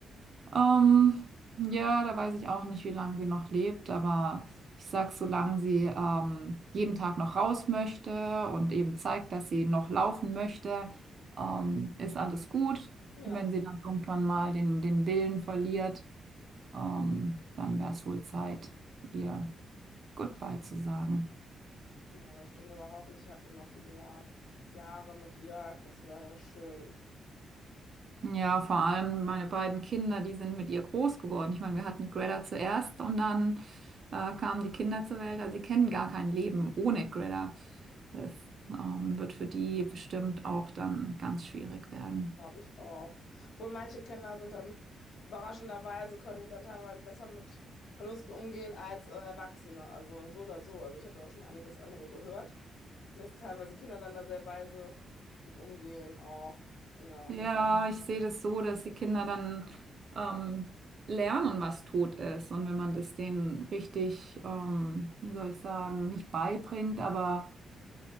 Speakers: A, on the right; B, on the left.
A: Ähm, ja, da weiß ich auch nicht, wie lange sie noch lebt, aber ich sag, solange sie ähm, jeden Tag noch raus möchte und eben zeigt, dass sie noch laufen möchte, ähm, ist alles gut.
B: Ja.
A: Wenn sie dann irgendwann mal den, den Willen verliert, ähm, dann wäre es wohl Zeit, ihr Goodbye zu sagen.
B: Ja, das stimmt, aber hoffentlich habt ihr noch viele Jahre, Jahre mit ihr. Das wäre ja schön,
A: Ja, vor allem meine beiden Kinder, die sind mit ihr groß geworden. Ich meine, wir hatten Greta zuerst und dann äh, kamen die Kinder zur Welt. Also sie kennen gar kein Leben ohne Greta. Das ähm, wird für die bestimmt auch dann ganz schwierig werden.
B: glaube ich auch. Obwohl manche Kinder sind dann überraschenderweise, können die dann teilweise besser mit Verlusten umgehen als äh, Erwachsene. Also so oder so. Also ich habe da auch schon einiges andere gehört, dass teilweise Kinder dann da sehr weise mit umgehen auch. Ja.
A: Ja, ich sehe das so, dass die Kinder dann ähm, lernen, was Tod ist. Und wenn man das denen richtig, ähm, wie soll ich sagen, nicht beibringt, aber